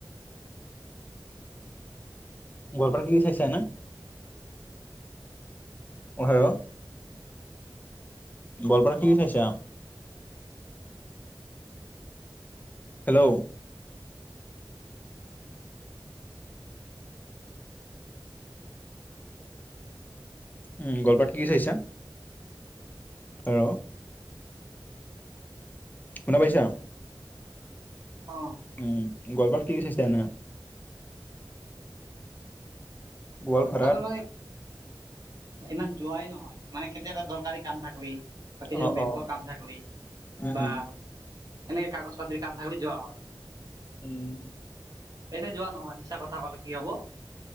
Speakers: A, on the left; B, on the right.
A: গোৱালপাৰা কি-কি চাইছে এনে? অ', হেল্ল'। গোৱলপাৰা কি উঠাইছা, হেল্ল'। উম, গলপাত কি চাইিছা? হেল্ল'। শুনা পাইছা?
B: অ
A: উম। গোৱালপাৰাত কি কি চাইছা? গোৱালপাৰাত
B: আমাৰ মানে ইমান যোৱাই নহয়। মানে কেতিয়াবা এটা দৰকাৰী কাম থাকলি। বা কিছু
A: অ
B: বেংকৰ
A: অ
B: কাম থাকলি
A: উম
B: বা
A: উম
B: এনেকে কাগজ পাতিৰ কাম থাকিলি যোৱা হয়,
A: উম
B: এনে যোৱা নহয় মিছা কথা ক'লে কি হ'ব?